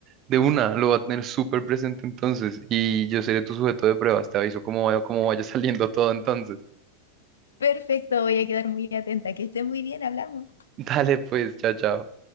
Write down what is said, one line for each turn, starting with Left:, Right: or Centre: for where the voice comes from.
Right: De una, lo voy a tener súper presente entonces. Y yo seré tu sujeto de pruebas. Te aviso cómo vaya, cómo vaya <laughs> saliendo todo entonces. <laughs>
Left: Perfecto, voy a quedar muy atenta. Que esté muy bien, hablamos.
Right: Dale, pues, chao, chao.